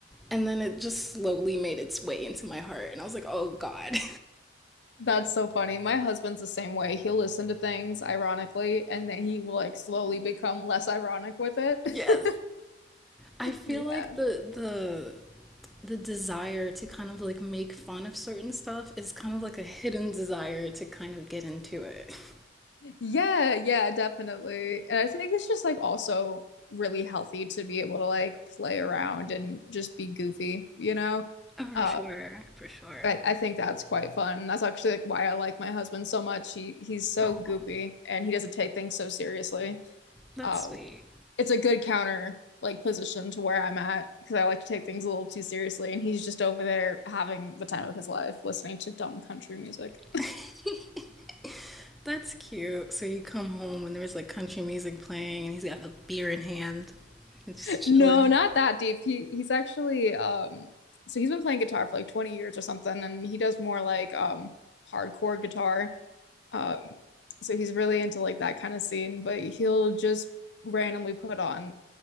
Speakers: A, in the centre; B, on the left.
A: And then it just slowly made its way into my heart. And I was like, oh, God.
B: That's so funny. My husband's the same way. He'll listen to things ironically, and then he will like slowly become less ironic with it.
A: <laughs> yes.
B: <laughs>
A: I feel
B: Yeah.
A: like the, the, the desire to kind of like make fun of certain stuff is kind of like a hidden desire to kind of get into it. <laughs>
B: Yeah, yeah, definitely. And I think it's just like also really healthy to be able to like play around and just be goofy, you know?
A: Oh, for
B: Uh,
A: sure, for sure.
B: I, I think that's quite fun. That's actually like why I like my husband so much. He he's so
A: Aw,
B: goofy and he doesn't take things so seriously.
A: that's
B: Um,
A: sweet.
B: it's a good counter like position to where I'm at because I like to take things a little too seriously. And he's just over there having the time of his life listening to dumb country music.
A: <laughs> That's cute. So you come home and there's like country music playing and he's got a beer in hand and just
B: <laughs> no,
A: chilling.
B: not that deep. He he's actually um so he's been playing guitar for like 20 years or something, and he does more like um hardcore guitar. Um so he's really into like that kind of scene, but he'll just randomly put on